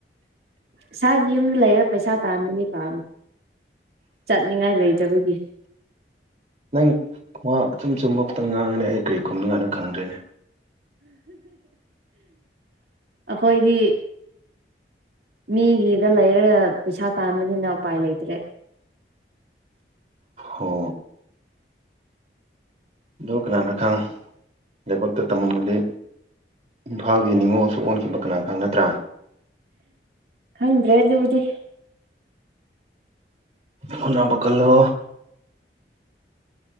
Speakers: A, on the right; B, on the right.
A: ꯏꯁꯥꯒꯤ ꯌꯨꯝꯗ ꯂꯩꯔ ꯄꯩꯁꯥ ꯇꯥꯝꯕꯅꯤꯕꯥ ꯆꯠꯅꯤꯡꯉꯥꯏ ꯂꯩꯇꯥꯕꯒꯤ
B: ꯅꯪ ꯑꯃꯥ ꯑꯆꯨꯝ ꯆꯨꯝꯕ ꯈꯥꯇꯪ ꯉꯥꯡꯒꯅꯤ ꯑꯩ ꯀꯔꯤ ꯈꯨꯝꯅꯤꯡꯉꯥꯏꯅꯤ ꯈꯪꯗꯦ
A: ꯑꯈꯣꯏꯗꯤ ꯃꯤꯒꯤꯗ ꯂꯩꯔꯒ ꯄꯩꯁꯥ ꯇꯥꯟꯕꯅꯤꯅ ꯎꯄꯥꯏ ꯂꯩꯇꯦ
B: ꯍꯣ ꯑꯗꯣ ꯀꯅꯥꯅ ꯈꯪ ꯂꯥꯏꯕꯛꯇ ꯇꯝꯃꯝꯃꯗꯤ ꯏꯝꯐꯥꯒꯤ ꯅꯅꯤꯡꯉꯣꯜꯁꯨ ꯑꯣꯟꯈꯤꯕ ꯀꯅꯥ ꯈꯪ ꯅꯠꯇ꯭ꯔꯥ
A: ꯈꯪꯗ꯭ꯔꯦ ꯑꯗꯨꯕꯨꯗꯤ
B: ꯍꯣꯠꯅꯕꯥ ꯀꯜꯂꯣ